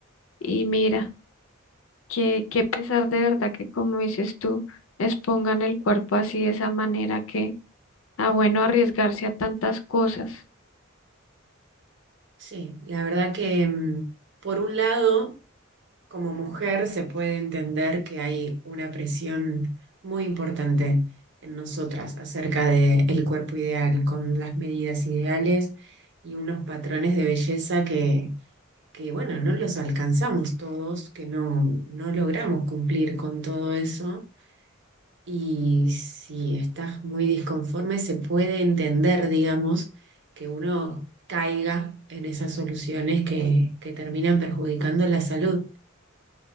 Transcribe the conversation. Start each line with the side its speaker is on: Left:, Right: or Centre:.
Left: Y mira, qué, qué pesar de verdad que, como dices tú, expongan el cuerpo así de esa manera que, ah, bueno, arriesgarse a tantas cosas.
Right: Sí, la verdad que em, por un lado como mujer se puede entender que hay una presión muy importante en nosotras acerca del cuerpo ideal, con las medidas ideales y unos patrones de belleza que, que, bueno, no los alcanzamos todos, que no, no logramos cumplir con todo eso. Y si estás muy disconforme, se puede entender, digamos, que uno caiga en esas soluciones que, que terminan perjudicando la salud.